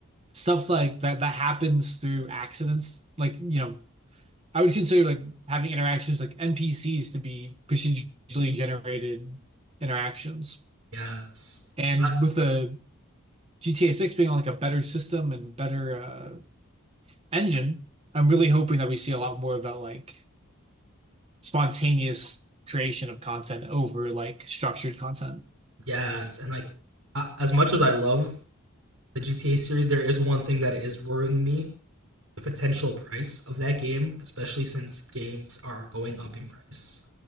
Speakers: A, on the right (about 30°); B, on the right (about 80°).
A: stuff like that that happens through accidents, like you know I would consider like having interactions like NPCs to be procedurally generated interactions.
B: Yes.
A: And
B: Like
A: with the GTA 6 being on like a better system and better uh, engine, I'm really hoping that we see a lot more of that like spontaneous creation of content over like structured content.
B: yes, and like uh, as much as I love the GTA series there is one thing that is worrying me the potential price of that game, especially since games are going up in price.